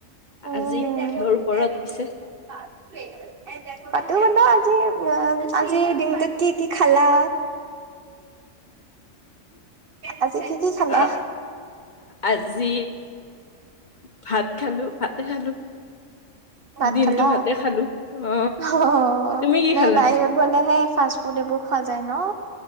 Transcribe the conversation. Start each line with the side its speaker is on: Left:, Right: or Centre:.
Right: উম
Left: আজি
Right: <unintelligible>
Left: কিহৰ ওপৰত পিছে
Right: পাতো মানে আজি, অ আজি দিনটোত কি কি খালা? আজি কি কি খালা?
Left: অ আজি ভাত খালো, ভাতে খালো।
Right: ভাত
Left: দিনটো
Right: খালা?
Left: ভাতে খালো অ
Right: অ'
Left: তুমি কি
Right: নাই
Left: খালা
Right: বাহিৰত গ'লেহে ফাষ্ট ফুড এইবোৰ খোৱা যায় ন?